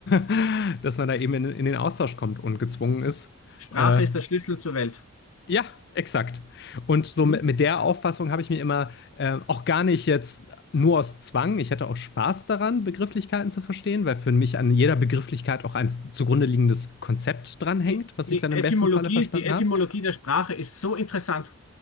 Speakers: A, on the left; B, on the left.
A: <laughs> dass man da eben in, in den Austausch kommt und gezwungen ist,
B: Sprache
A: äh,
B: ist der Schlüssel zur Welt.
A: Ja, exakt. Und so
B: Mhm.
A: mit, mit der Auffassung habe ich mir immer äh, auch gar nicht jetzt nur aus Zwang, ich hatte auch Spaß daran, Begrifflichkeiten zu verstehen, weil für mich an jeder Begrifflichkeit auch ein zugrunde liegendes Konzept dranhängt,
B: Die, die
A: was ich dann
B: Etymologie,
A: im besten Falle verstanden
B: die Etymologie
A: habe.
B: der Sprache ist so interessant.